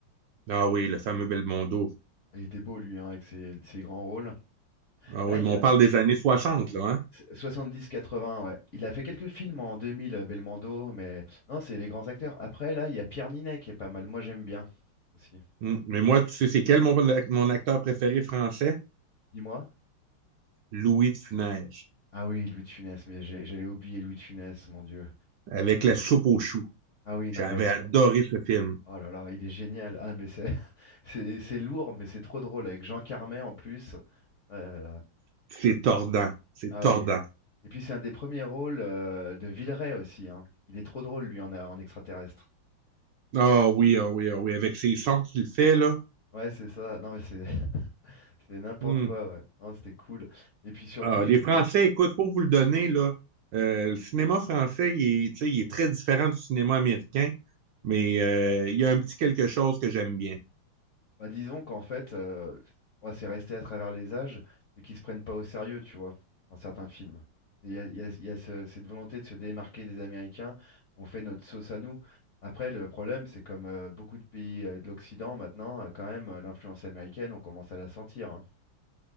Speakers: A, on the right; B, on the left.
A: Ah oui, le fameux Belmondo.
B: Il était beau lui, hein, avec ses, ses grands rôles.
A: Ah
B: Là,
A: oui,
B: il
A: mais
B: y
A: on
B: a,
A: parle des années 60 là, hein?
B: Soixante-dix quatre-vingts ouais. Il a fait quelques films en 2000, euh, Belmondo, mais non, c'est les grands acteurs. Après, là, il y a Pierre Ninet qui est pas mal. Moi, j'aime bien aussi.
A: Mm. Mais moi, tu sais, c'est quel mon, mon acteur préféré français?
B: Dis-moi.
A: Louis de Funès,
B: Ah oui, Louis de Funès, mais j'ai- j'allais oublier Louis de Funès, mon Dieu.
A: avec
B: Ah
A: la
B: oui.
A: soupe aux choux.
B: Ah oui,
A: J'avais
B: non, mais la sou-
A: adoré ce film.
B: oh là là, il est génial. Ah, mais c'est <laughs> c'est c'est lourd, mais c'est trop drôle avec Jean Carmet en plus. Ah là là.
A: C'est tordant. C'est
B: Ah
A: tordant.
B: oui. Et puis, c'est un des premiers rôles euh, de Villeray aussi, hein. Il est trop drôle, lui, en, en extraterrestre.
A: Ah oui, ah oui, ah oui. Avec ces sons qu'il fait, là.
B: Ouais, c'est ça. Non, mais c'est C'est n'importe
A: Hmm.
B: quoi, ouais. Non, c'était cool. Et puis surtout,
A: Ah,
B: il-
A: les Français,
B: il-
A: écoute, faut vous le donner, là. Euh, le cinéma français, il est, tu sais, il est très différent du cinéma américain, mais euh, il y a un petit quelque chose que j'aime bien.
B: bah, disons qu'en fait, euh, bon, c'est resté à travers les âges, c'est qu'ils se prennent pas au sérieux, tu vois, dans certains films. Et Il y a, il y a- il y a ce- cette volonté de se démarquer des Américains, on fait notre sauce à nous. Après, le problème, c'est comme euh, beaucoup de pays euh, de l'Occident maintenant, euh, quand même, euh, l'influence américaine, on commence à la sentir. hein.